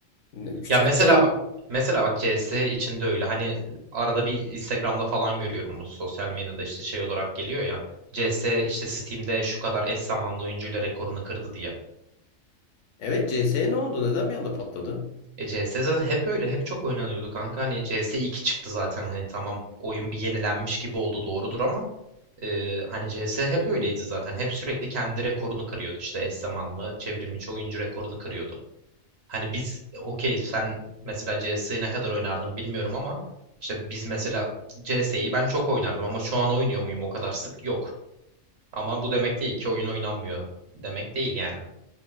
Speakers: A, on the left; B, on the right.
A: Ne- Küçüklükte
B: Ya mesela
A: oynadım.
B: bak mesela bak CS içinde öyle. Hani arada bir Instagram'da falan görüyorum bu sosyal medyada işte şey olarak geliyor ya. CS işte Steam'de şu kadar eş zamanlı oyuncuyla rekorunu kırdı diye.
A: Evet CS'ye ne oldu? Neden bir anda patladı?
B: E, CS zaten hep öyle. Hep çok oynanıyordu kanka. Hani CS 2 çıktı zaten hani tamam. Oyun bir yenilenmiş gibi oldu doğrudur ama e, hani CS hep öyleydi zaten. Hep sürekli kendi rekorunu kırıyordu. İşte eş zamanlı çevrim içi oyuncu rekorunu kırıyordu. Hani biz e, okey sen mesela CS'yi ne kadar oynardın bilmiyorum ama işte biz mesela CS'yi ben çok oynardım ama şu an oynuyor muyum o kadar sık yok. Ama bu demek değil ki oyun oynanmıyor demek değil yani.